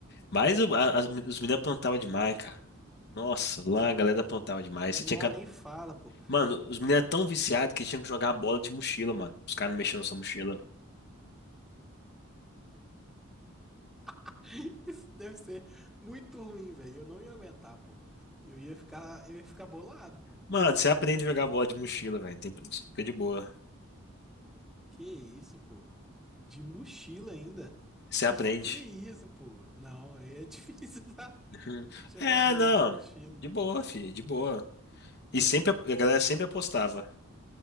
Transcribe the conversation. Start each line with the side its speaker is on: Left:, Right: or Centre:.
Left: Mas o- a- as- os meninos plantavam demais, cara. Nossa, lá a galera plantava demais.
Centre: Nó
Left: Você tinha que...
Centre: nem fala, pô.
Left: Mano, os meninos eram tão viciados que tinham que jogar bola de mochila, mano. Os caras não mexiam na sua mochila.
Centre: <laughs> Isso deve ser muito ruim, velho. Eu não ia aguentar, pô. Eu ia ficar, eu ia ficar bolado, pô.
Left: Mano, você aprende a jogar bola de mochila, velho. Tem... Você fica de boa.
Centre: Que isso, pô? De mochila ainda?
Left: Você
Centre: Que
Left: aprende.
Centre: que isso, pô? Não, aí é <laughs> difícil tá?
Left: Uhum.
Centre: jogar
Left: É,
Centre: bola
Left: não.
Centre: de mochila.
Left: De boa, filho, de boa. E sempre a galera sempre apostava.